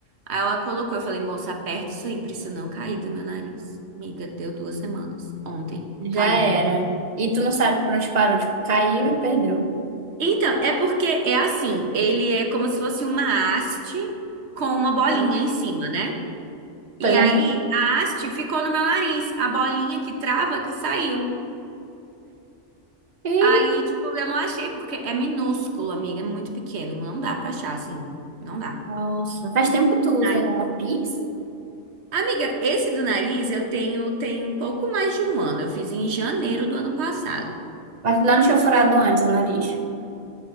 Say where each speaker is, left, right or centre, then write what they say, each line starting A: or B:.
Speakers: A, on the right; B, on the right.
A: Aí ela colocou, eu falei, moça, aperta isso aí pra isso não cair do meu nariz. Amiga, deu duas semanas. Ontem
B: Já
A: caiu
B: era.
A: do meu nariz.
B: E tu não sabe por onde parou, tipo, caiu e perdeu.
A: Então, é porque é assim, ele é como se fosse uma haste com uma bolinha
B: Ah,
A: em cima, né?
B: tô
A: E
B: imaginando.
A: aí, a haste ficou no meu nariz, a bolinha que trava que saiu.
B: Ih,
A: Aí, tipo, eu não achei, porque é minúsculo, amiga, é muito pequeno, não dá pra achar, assim, não dá.
B: Nossa, faz tempo que tu usa
A: Aí,
B: a piercing?
A: amiga, esse do nariz eu tenho tem um pouco mais de um ano, eu fiz em janeiro do ano passado.
B: Mas não tinha furado antes o nariz.